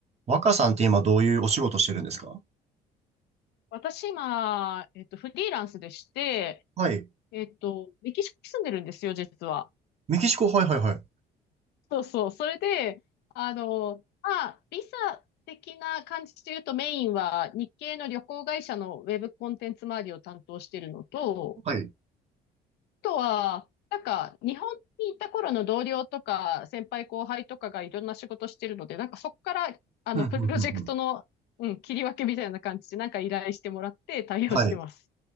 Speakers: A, on the right; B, on the left.
A: 若さんって今どういうお仕事してるんですか
B: 私今、えっと、フリーランスでして、
A: はい。
B: えっと、メキシコに住んでるんですよ、実は。
A: メキシコ、はいはいはい。
B: そうそう。それで、あの、まあ、ビザ的な感じで言うとメインは日系の旅行会社のウェブコンテンツ周りを担当してるのと、
A: はい。
B: あとは、なんか、日本に行った頃の同僚とか、先輩後輩とかがいろんな仕事してるので、なんかそこから、あの、
A: ふんふんふんふん。
B: プロジェクトの、うん、切り分けみたいな感じで、なんか依頼してもらって対応してます。
A: はい。